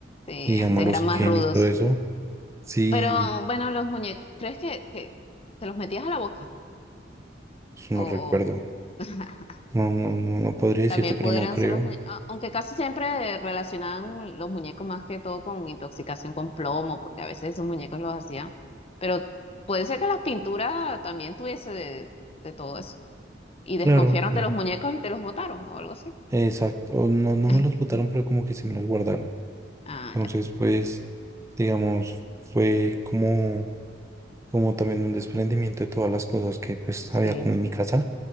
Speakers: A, on the left (about 35°); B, on the right (about 15°).
A: Sí,
B: y digamos
A: antes
B: los
A: eran más
B: Ken
A: rudos.
B: y todo eso, sí,
A: Pero bueno, los muñecos, ¿crees que, que te los metías a la boca?
B: no
A: O, o-
B: recuerdo.
A: <laughs>
B: No, no, no, no podría decirte,
A: También
B: pero
A: pudieran
B: no creo.
A: ser los muñecos, aunque casi siempre relacionaban los muñecos más que todo con intoxicación con plomo, porque a veces esos muñecos los hacían. Pero puede ser que las pinturas también tuviese de, de todo eso. Y desconfiaron
B: Claro, claro.
A: de los muñecos y te los botaron o algo así.
B: Exacto. O No, no
A: <laughs>
B: me los botaron, pero como que se me los guardaron.
A: Ah,
B: Entonces,
A: ya.
B: pues, digamos, fue como, como también un desprendimiento de todas las cosas que pues
A: Sí,
B: había como en mi casa.